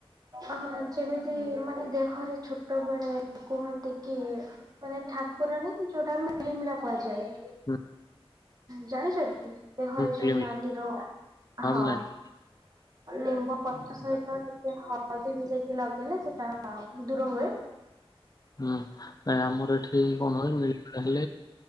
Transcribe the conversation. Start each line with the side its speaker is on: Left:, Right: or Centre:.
Right: ଅ ଯେମିତି ମାନେ ଦେହରେ ଛୋଟ ବେଳେ କୁହନ୍ତି କି ମାନେ ଠାକୁରଣୀ ଯୋଉଟା ମିଳିମିଳା କୁହାଯାଏ।
Left: ହଁ।
Right: ଜାଣିଛନ୍ତି ଦେହରେ ଯୋଉ
Left: କିଳିମିଳି
Right: ନାଲିର ହଁ।
Left: ମୁଁ ଜାଣିଛି
Right: ଲିମ୍ବ ପତ୍ର ସହିତ ଟିକେ ହଳଦୀ ମିଶେଇକି ଲଗେଇଲେ ସେଟା ଦୂର ହୁଏ।
Left: ହୁଁ ନାଇଁ ଆମର ଏଠି କଣ କି ମିଳିମିଳା